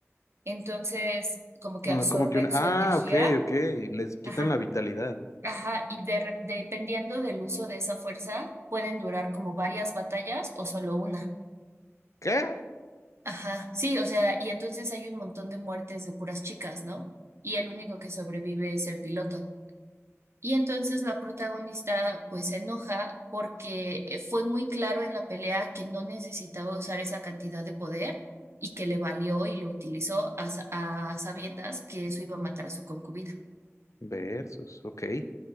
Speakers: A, on the right; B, on the left.
A: Entonces, como que
B: Ah,
A: absorben
B: como que un... Ah,
A: su energía,
B: ok, ok. Les quitan
A: ajá,
B: la vitalidad.
A: ajá, y de re- dependiendo del uso de esa fuerza, pueden durar como varias batallas o solo una.
B: ¿Qué?
A: Ajá, sí, o sea, y entonces hay un montón de muertes de puras chicas, ¿no? Y el único que sobrevive es el piloto. Y entonces la protagonista pues se enoja porque eh, fue muy claro en la pelea que no necesitaba usar esa cantidad de poder y que le valió y lo utilizó a, sa- a sabiendas que eso iba a matar a su concubina.
B: Versus, ok.